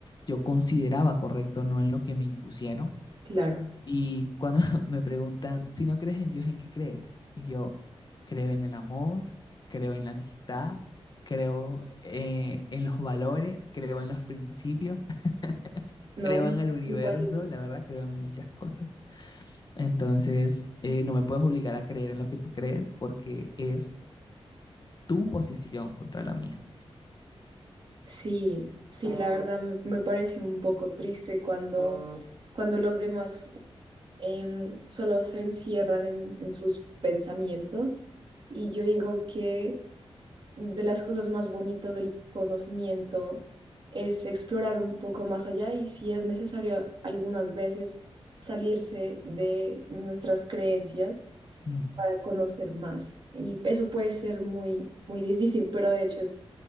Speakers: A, on the left (about 40°); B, on the right (about 50°).
A: yo consideraba correcto, no en lo que me impusieron.
B: Claro,
A: Y cuando <laughs> me preguntan, si no crees en Dios, ¿en qué crees? Y yo creo en el amor, creo en la amistad, creo eh, en los valores, creo en los principios, <laughs>
B: no,
A: creo en el universo,
B: Igual y yo.
A: la verdad, creo en muchas cosas. Entonces, eh, no me puedes obligar a creer en lo que tú crees porque es tu posición contra la mía.
B: sí, sí, la verdad me, me pareció un poco triste cuando, cuando los demás em, solo se encierran en, en sus pensamientos y yo digo que de las cosas más bonitas del conocimiento es explorar un poco más allá y si es necesario algunas veces salirse de de nuestras creencias
A: Mm.
B: para conocer más. Y eso puede ser muy, muy difícil, pero de hecho es,